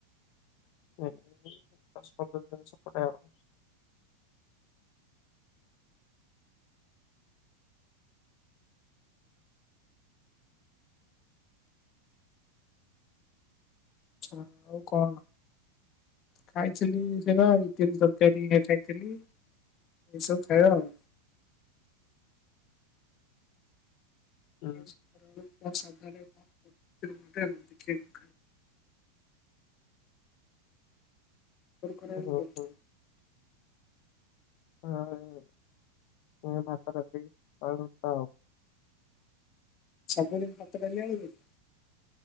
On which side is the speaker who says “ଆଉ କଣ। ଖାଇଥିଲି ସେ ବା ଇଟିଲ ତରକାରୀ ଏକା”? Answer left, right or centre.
Left